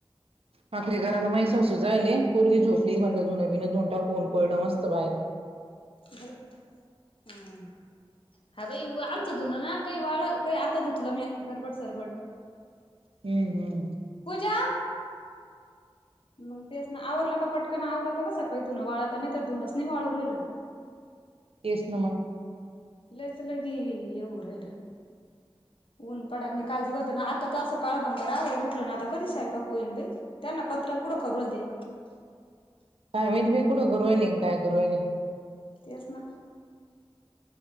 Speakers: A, on the right; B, on the left.
A: भाकरी कराला माही सासू जायले पोरगी झोपली म्हणलं धुन बिनं धुण टाकू ऊन पडलं मस्त बाहेर.
B: झालं का? हम हा बाई आमचं धुन ना काही वाळ काही आता धुतलं म्या घरबट सरबट.
A: हम्म हम्म
B: पुजा मग तेच ना आवरलं का पटकन आवरत ग का सकाळी धुनं वाळत नाही तर धुनच नाही वाळू राहिलं.
A: तेच ना मग
B: लईच लगी हे होऊन राहील. ऊन पडानी काल दिवसजण आता असं काळभंगरा आवं उठल ना आता कधी स्वयंपाक होईन बाई. त्यांना पत्र कुठं करूल दे.
A: काय माहित बाई कुड करून राहिली आणि काय करून राहिली.
B: तेच ना